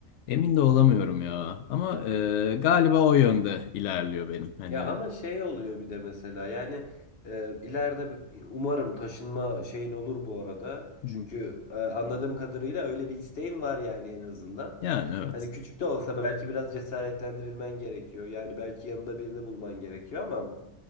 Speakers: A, on the left; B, on the left.
A: Emin de olamıyorum ya. Ama e, galiba o yönde ilerliyor benim. Hani
B: Ya ama şey oluyor bir de mesela yani e, ileride bir- umarım taşınma şeyin olur bu arada.
A: Hı
B: Çünkü
A: hı.
B: e, anladığım kadarıyla öyle bir isteğim var yani en azından.
A: yani evet.
B: Hani küçük de olsa belki biraz cesaretlendirilmen gerekiyor. Yani belki yanında birini bulman gerekiyor ama